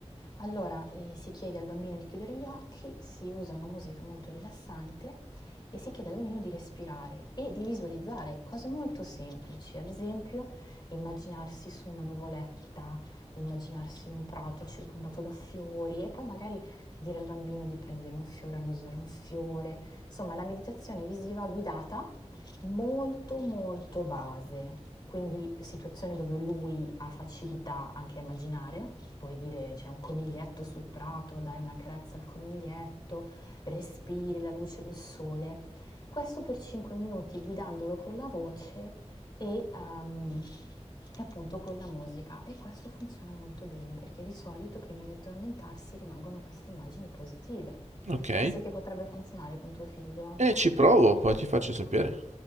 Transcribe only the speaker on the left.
Allora eh, si chiede al bambino di chiudere gli occhi, si usa una musica molto rilassante e si chiede al bambino di respirare e di visualizzare cose molto semplici, ad esempio immaginarsi su una nuvoletta immaginarsi in un prato circondato da fiori e poi magari dire al bambino di prendere un fiore, annusare un fiore. Insomma, la meditazione visiva guidata molto molto base, quindi situazioni dove lui ha facilità anche a immaginare, puoi dire c'è un coniglietto sul prato, dai una carezza al coniglietto, respiri la luce del sole. Questo per 5 minuti guidandolo con la voce e, ehm, e appunto con la musica e questo funziona molto bene perché di solito prima di addormentarsi rimangono queste immagini positive.
Pensi che potrebbe funzionare con tuo figlio?